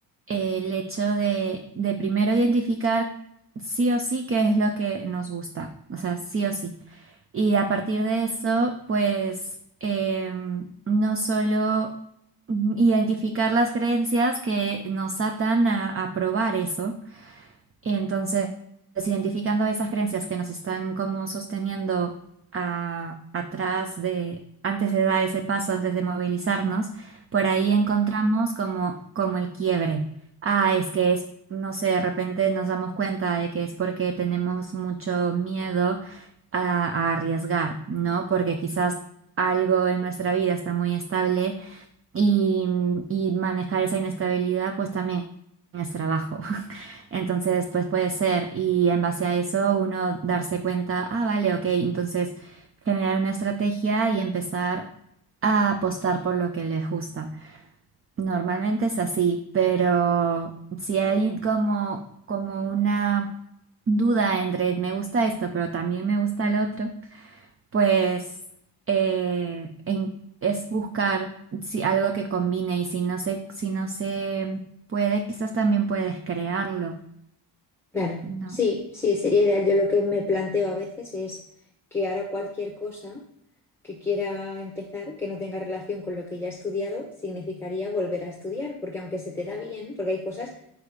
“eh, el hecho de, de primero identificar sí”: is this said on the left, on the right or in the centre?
Right